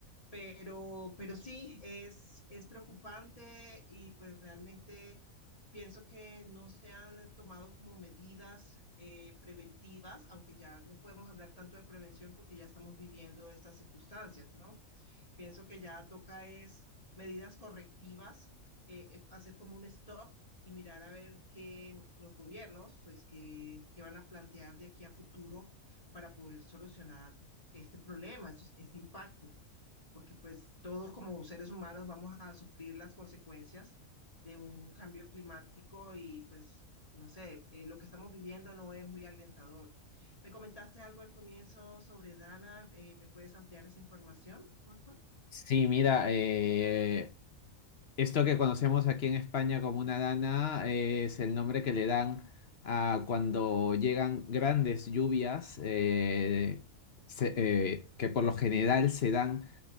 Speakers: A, on the left (about 25°); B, on the left (about 50°).
A: pero, pero sí, es, es preocupante y pues realmente pienso que no se han eh, tomado como medidas eh, preventivas, aunque ya no podemos hablar tanto de prevención porque ya estamos viviendo estas circunstancias, ¿no? Pienso que ya toca es medidas correctivas, eh, eh, hacer como un stop y mirar a ver qué los gobiernos, pues, qué, qué van a plantear de aquí a futuro para poder solucionar este problema, este este impacto porque pues todos como seres humanos vamos a sufrir las consecuencias de un cambio climático y pues no sé, eh, lo que estamos viviendo no es muy alentador. Me comentaste algo al comienzo sobre Dana, eh, ¿me puedes ampliar esa información, por favor?
B: Sí, mira, eh, esto que conocemos aquí en España como una dana eh, es el nombre que le dan a cuando llegan grandes lluvias, eh, se- eh, que por lo general se dan